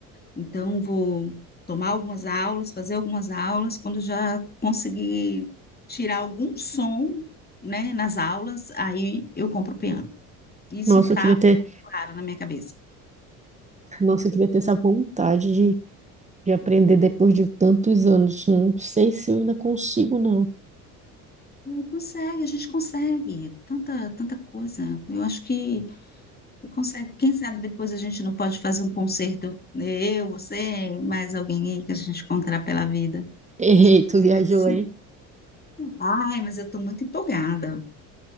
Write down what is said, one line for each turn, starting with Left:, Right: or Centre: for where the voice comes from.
Left: Então, vou tomar algumas aulas, fazer algumas aulas. Quando já conseguir tirar algum som, né, nas aulas, aí eu compro o piano. Isso
Right: Nossa,
Left: tá
Right: eu queria ter,
Left: muito claro na minha cabeça.
Right: nossa, eu queria ter essa vontade de, de aprender depois de tantos anos. Não sei se eu ainda consigo, não.
Left: Não Consegue, a gente consegue. Tanta, tanta coisa. Eu acho que que consegue. Quem sabe depois a gente não pode fazer um concerto, né, eu, você, mais alguém aí que a gente encontrar pela vida.
Right: Errei,
Left: Acho que consegue,
Right: tu viajou
Left: sim.
Right: aí.
Left: Ai, mas eu estou muito empolgada